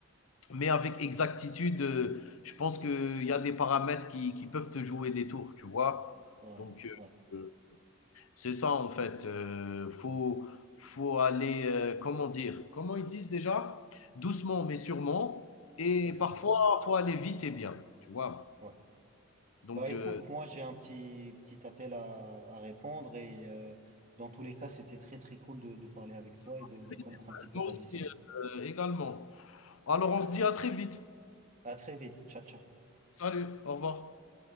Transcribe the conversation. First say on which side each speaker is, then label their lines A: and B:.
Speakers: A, on the left; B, on the right.
A: mais avec exactitude, euh, je pense qu'il y a des paramètres qui, qui peuvent te jouer des tours, tu vois.
B: Carrément.
A: Donc
B: Ouais,
A: euh, C'est ça en fait, heu, faut faut aller, heu, comment dire? Comment ils disent déjà? Doucement mais sûrement et
B: exact.
A: parfois, faut aller vite et bien, tu vois?
B: Ouais.
A: Donc
B: Bah écoute,
A: heu,
B: moi j'ai un petit, petit appel à, à répondre et euh, dans tous les cas, c'était très très cool de, de parler avec
A: ça
B: toi
A: m'a
B: et de,
A: fait
B: de connaître
A: plaisir, ouais.
B: un petit peu
A: Moi
B: ta
A: aussi,
B: vision.
A: heu, également. Alors on se dit à très vite.
B: À très vite. Ciao, ciao.
A: Salut, au revoir.